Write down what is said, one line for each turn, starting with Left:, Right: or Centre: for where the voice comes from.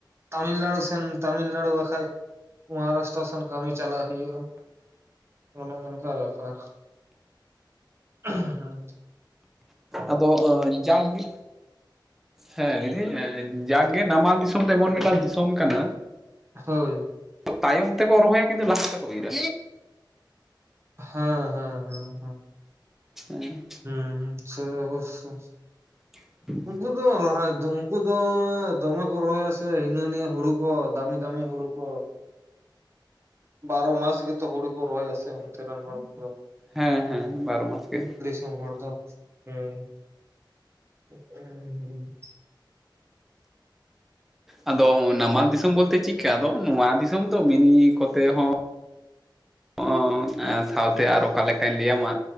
Right: ᱛᱟᱹᱢᱤᱞᱱᱟᱹᱲᱩ ᱥᱮᱱ ᱛᱟᱹᱢᱤᱞᱱᱟᱹᱲᱩ ᱵᱟᱠᱷᱟᱡ ᱢᱚᱦᱟᱨᱟᱥᱴᱟᱨᱟ ᱥᱮᱱ ᱠᱟᱹᱢᱤ ᱪᱟᱞᱟᱣ ᱦᱩᱭᱩᱜᱼᱟ ᱾ ᱚᱱᱮ ᱚᱱᱠᱟ ᱵᱮᱯᱟᱨ <unintelligible> ᱦᱮᱸ᱾
Centre: ᱟᱫᱚ ᱚᱸ ᱮᱠᱡᱟᱢ ᱜᱮ, ᱦᱮᱸ <unintelligible> ᱡᱟᱜᱮ ᱱᱟᱢᱟᱞ ᱫᱤᱥᱚᱢ ᱫᱚ ᱮᱢᱚᱱ ᱢᱤᱫᱴᱟᱝ ᱫᱤᱥᱚᱢ ᱠᱟᱱᱟ᱾
Right: ᱦᱳᱭ᱾
Centre: ᱛᱟᱭᱚᱢ ᱛᱮᱠᱚ ᱨᱚᱦᱚᱭᱟ ᱠᱤᱱᱛᱩ ᱞᱟᱦᱟ ᱛᱮᱠᱚ ᱤᱨᱟ᱾
Right: ᱦᱮᱸ ᱦᱮᱸ ᱦᱮᱸ ᱦᱮᱸ᱾
Centre: ᱦᱮᱸ,
Right: ᱦᱩᱸ ᱦᱩᱸ ᱥᱮ ᱚᱵᱚᱥᱥᱚᱭ᱾
Centre: <inaudible>
Right: ᱩᱱᱠᱩ ᱫᱚ ᱞᱟᱦᱟ ᱛᱮᱫᱚ ᱩᱱᱠᱩ ᱫᱚ ᱫᱚᱢᱮ ᱠᱚ ᱨᱚᱦᱚᱭᱟ ᱥᱮ ᱦᱤᱱᱟᱹᱱᱤᱭᱟᱹ ᱦᱩᱲᱩ, ᱠᱚ ᱫᱟᱹᱢᱤ ᱫᱟᱹᱢᱤ ᱦᱩᱲᱩ ᱠᱚ᱾ ᱵᱟᱨᱚ ᱢᱟᱥ ᱜᱮᱛᱚ ᱦᱩᱲᱩ ᱠᱚ ᱨᱚᱦᱚᱭᱟ ᱥᱮ ᱚᱱᱛᱮ ᱨᱮᱱ ᱦᱚᱲ ᱠᱚᱫᱚ᱾
Centre: ᱦᱮᱸ ᱦᱮᱸ ᱵᱟᱨᱚ ᱢᱟᱥ ᱜᱮ᱾
Right: ᱟᱫᱚᱢ ᱦᱚᱲ ᱫᱚ ᱦᱮᱸ <unintelligible>
Centre: ᱟᱫᱚ ᱱᱟᱢᱟᱞ ᱫᱤᱥᱟᱹᱢ ᱵᱚᱞᱛᱮ ᱪᱮᱜ ᱠᱟ ᱟᱫᱚ ᱱᱚᱣᱟ ᱫᱤᱥᱟᱹᱢ ᱫᱚ ᱢᱤᱱᱤ ᱠᱚᱛᱮ ᱦᱚᱸ ᱚᱸ ᱮᱸ ᱥᱟᱶᱛᱮ ᱟᱨ ᱚᱠᱟ ᱞᱮᱠᱟᱧ ᱞᱟᱹᱭᱟᱢᱟ